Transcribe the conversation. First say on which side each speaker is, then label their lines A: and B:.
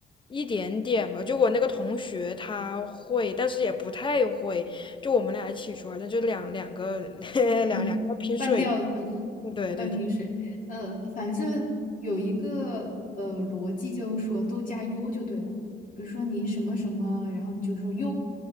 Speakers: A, on the left; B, on the left.
A: 一点点吧，就我那个同学他会，但是也不太会。就我们俩一起去玩儿但就两两个 <laughs> 两两个拼水。
B: <laughs> 半吊子，<laughs>
A: 对对对，
B: 哦，半瓶水。呃，反正有一个呃逻辑，就是说都加 u 就对了。比如说你什么什么，然后你就说 u，